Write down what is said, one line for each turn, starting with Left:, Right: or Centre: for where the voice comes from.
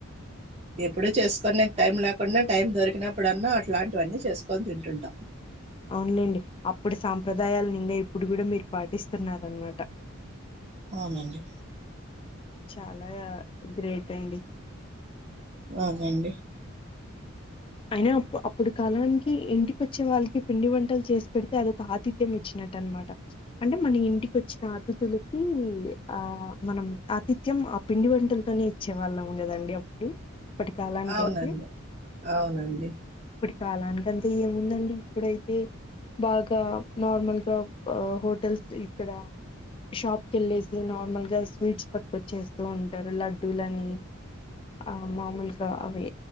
Right: ఎప్పుడు చేసుకోనికు టైం లేకుండా టైం దొరికినప్పుడున్నా అట్లాంటివన్నీ చేసుకొని తింటుంటాం
Left: అవునులేండి అప్పుడు సాంప్రదాయాలను ఇంకా ఇప్పుడు కూడా మీరు పాటిస్తున్నారనమాట
Right: అవునండి
Left: చాలా ఇద్దరేటండి
Right: అవునండి
Left: అయినాప్పు అప్పుడు కాలానికి ఇంటికి వచ్చే వాళ్ళకి పిండి వంటలు చేసి పెడితే అదొక ఆతిథ్యం వచ్చినట్టు అనమాట అంటే మన ఇంటికిచ్చిన ఆతిథులకి ఆ మనం ఆతిథ్యం ఆ పిండి వంటలతోనే ఇచ్చే వాళ్ళము కదండి అప్పుడు అప్పటి కాలానికైతే
Right: అవునండి అవును అండి
Left: కాలానికింతే ఏముందండి ఇప్పుడైతే బాగా నార్మల్గా హోటల్స్ ఇక్కడ షాప్కి వెళ్ళేసి నార్మల్ గా స్వీట్స్ పట్టుకొచ్చేస్తూ ఉంటారు లడ్డూలని ఆ మామూలుగా అవి